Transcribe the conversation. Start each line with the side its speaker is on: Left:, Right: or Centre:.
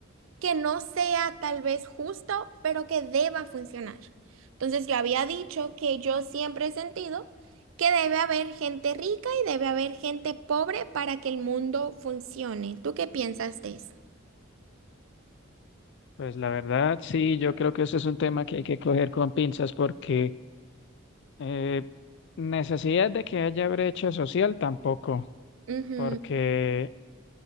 Right: que no sea tal vez justo, pero que deba funcionar. Entonces yo había dicho que yo siempre he sentido que debe haber gente rica y debe haber gente pobre para que el mundo funcione. ¿Tú qué piensas de eso?
Left: pues la verdad, sí, yo creo que eso es un tema que hay que coger con pinzas porque eh, necesidad de que haya brecha social tampoco,
Right: Ujú,
Left: porque